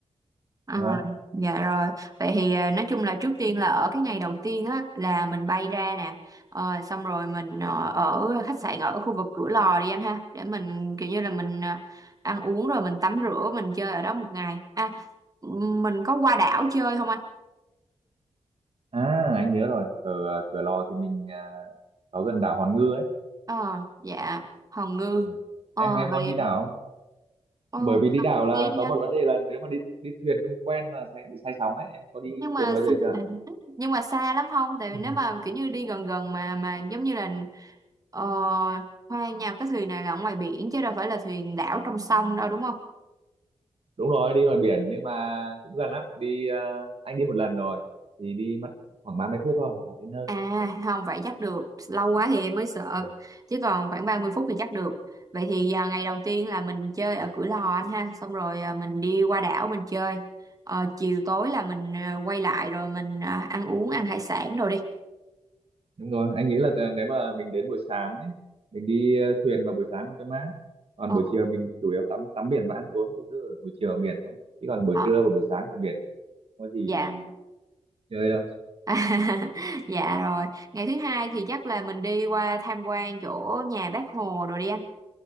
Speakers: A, on the right (about 30°); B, on the right (about 55°).
A: À,
B: được không
A: dạ rồi. Vậy thì à, nói chung là trước tiên là ở cái ngày đầu tiên á là mình bay ra nè. Ờ, xong rồi mình ờ, ở khách sạn ở khu vực Cửa Lò đi anh ha để mình kiểu như là mình à, ăn uống rồi mình tắm rửa mình chơi ở đó một ngày. À mình có qua đảo chơi không anh?
B: à anh nhớ rồi ở à, Cửa Lò thì mình à, có gần đảo Hòn Ngư ấy.
A: Ờ dạ Hòn Ngư.
B: Ừ.
A: Ờ
B: Em em
A: vậy
B: muốn đi đảo không?
A: ờ,
B: bởi vì đi đảo là
A: đi đi
B: có
A: anh
B: một vấn đề là nếu mà đi đi thuyền không quen là sẽ bị say sóng đấy em có đi
A: nhưng mà
B: thuyền bao
A: xa-
B: giờ chưa
A: <laughs> nhưng mà xa lắm không tại vì
B: <laughs>
A: nếu mà kiểu như đi gần gần mà mà giống như là ờ, Hoa Nha cái thuyền này là ở ngoài biển chứ đâu phải là thuyền đảo trong sông đâu đúng không
B: đúng rồi đi ngoài biển nhưng mà cũng gần lắm đi ờ, anh đi một lần rồi thì đi mất khoảng 30 phút thôi là tới nơi
A: à không vậy chắc được lâu quá thì em mới sợ
B: Ừ.
A: chứ còn khoảng 30 phút thì chắc được vậy thì à, ngày đầu tiên là mình chơi ở Cửa Lò anh ha xong rồi à, mình đi qua đảo mình chơi Ờ, chiều tối là mình à, quay lại rồi mình à, ăn uống ăn hải sản rồi đi
B: đúng rồi anh nghĩ là t- nếu mà mình đến buổi sáng ấy mình đi ờ, thuyền vào buổi sáng cho mát còn
A: ờ
B: buổi chiều mình chủ yếu tắm tắm biển và ăn uống thì cứ ở buổi chiều ở biển thôi chứ còn buổi
A: ờ,
B: trưa và buổi sáng ở biển không có gì
A: dạ
B: chơi đâu
A: À, <laughs> dạ rồi ngày thứ hai thì chắc là mình đi qua tham quan chỗ nhà bác Hồ rồi đi anh